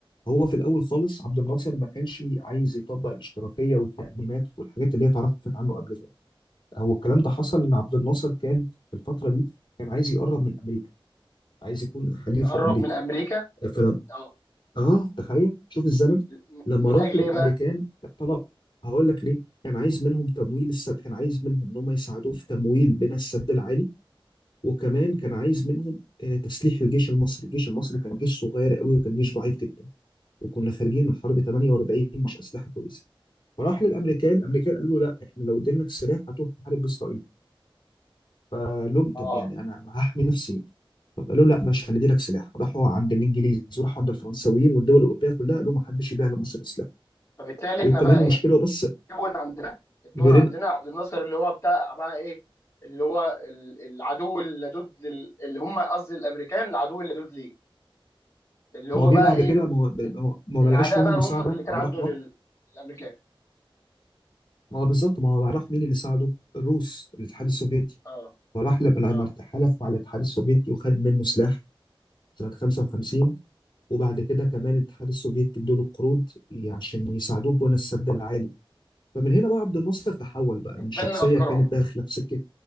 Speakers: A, on the left; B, on the left.
A: هو في الاول خالص عبد الناصر ما كانش عايز يطبق الاشتراكيه والتأميمات والحاجات اللي هي اتعرفت عنه قبل كده هو الكلام ده حصل ان عبد الناصر كان في الفتره دي كان عايز يقرب من امريكا عايز يكون حليف
B: يقرب
A: لامريكا
B: من امريكا
A: فلم
B: اه
A: اه تخيل شوف الزمن
B: م-
A: لما
B: من
A: راح
B: اجل
A: للامريكان
B: ايه بقى
A: طلب هقول لك ليه كان عايز منهم تمويل السد كان عايز منهم ان هم يساعدوه في تمويل بناء السد العالي وكمان كان عايز منهم آه، تسليح الجيش المصري الجيش المصري كان جيش صغير قوي وكان جيش ضعيف جدا وكنا خارجين من حرب 48 مش اسلحه كويسه فراح للامريكان الامريكان قالوا له لا احنا لو ادينا لك سلاح هتروح تحارب باسرائيل فلهم
B: اه
A: طب يعني انا هحمي نفسي طب قالوا لا ماشي هندي لك سلاح راحوا عند الانجليز وراحوا عند الفرنساويين والدول الاوروبيه كلها قالوا ما حدش يبيع لمصر سلاح
B: فبالتالي
A: وكمان
B: احنا بقى ايه
A: مشكله بس
B: اتكون عندنا اتكون
A: جيران
B: عندنا عبد الناصر اللي هو بتاع بقى ايه اللي هو ال- العدو اللدود لل... اللي هم قصدي الامريكان العدو اللدود ليه اللي هو
A: ما هو جه
B: بقى
A: بعد
B: ايه
A: كده ما هو ما هو- ما هو
B: العداء
A: ما لقاش منهم
B: بقى المطلق
A: مساعده
B: اللي كان
A: قام
B: عنده
A: راح نط
B: لل- للامريكان
A: ما هو بالظبط ما هو راح مين اللي ساعده؟ الروس الاتحاد السوفيتي
B: اه
A: فراح لما لما
B: اه
A: حلف مع الاتحاد السوفيتي وخد منه سلاح سنه 55 وبعد كده كمان الاتحاد السوفيتي ادوا له قروض ي- عشان يساعدوه في بنى السد العالي فمن هنا بقى عبد الناصر تحول بقى
B: اتبنى
A: من شخصيه
B: افكارهم
A: كانت داخله في سكه